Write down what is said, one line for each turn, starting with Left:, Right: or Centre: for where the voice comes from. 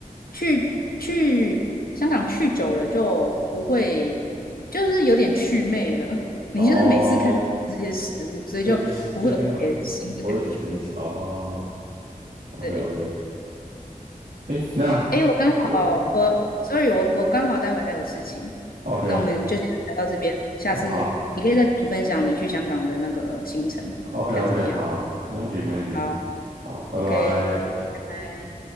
Left: 去去香港去久了就不会，就是有点祛魅了。<laughs> 你就是每次看到这些食物，
Right: 哦，
Left: 所以就不会有特别新的感觉，
Right: 最近最近很不会举行起哦，OK
Left: 对。
Right: OK，诶，那
Left: 哎，我刚好，
Right: 我
Left: 我 sorry，我我刚好待会还有事情，
Right: OK，
Left: 那我们就先聊到这边，下次你可以再跟我分享你去香港的那个行程，
Right: 哦好，OK
Left: 看怎么样。
Right: OK，好，没问题没问题，
Left: 好
Right: 好，拜拜。
Left: ，OK，拜拜。